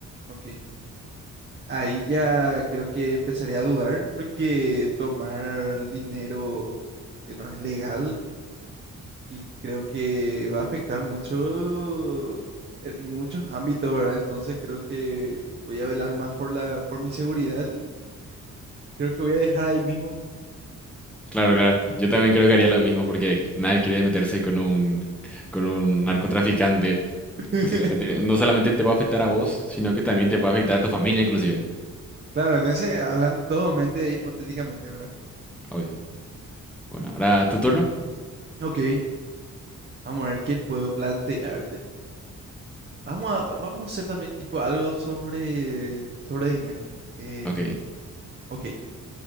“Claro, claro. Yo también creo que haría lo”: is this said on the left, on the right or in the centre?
Centre